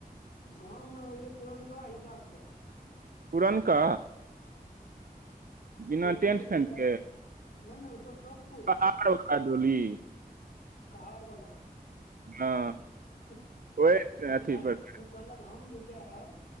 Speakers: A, on the left; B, on the right.
A: गाँव मे ओहिए पुरनका हिसाबसँ।
B: पुरनका
A: ओ
B: बिना
A: डोली
B: टेंट
A: जे
B: फेंट
A: तैयले
B: के
A: नै-नै ओ सब- सब
B: <unintelligible>
A: कहार बला
B: हँ
A: <unintelligible>
B: ओहि अथी
A: कहलक
B: पर
A: हम जे जेएब